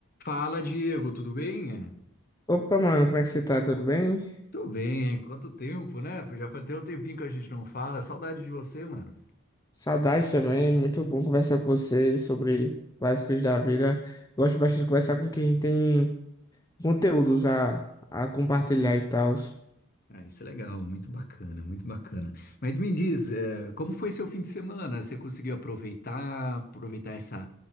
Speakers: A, on the left (about 40°); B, on the left (about 15°).
A: Fala, Diego, tudo bem?
B: Opa, mano, como é que você tá? Tudo bem?
A: Tudo bem, quanto tempo, né? Já faz até um tempinho que a gente não fala. Saudade de você, mano.
B: Saudade também, muito bom conversar com você sobre várias coisas da vida. Gosto bastante de conversar com quem tem conteúdos a, a compartilhar e tal.
A: Ah, isso é legal, muito bacana, muito bacana. Mas me diz, eh, como foi seu fim de semana? Você conseguiu aproveitar, aproveitar essa,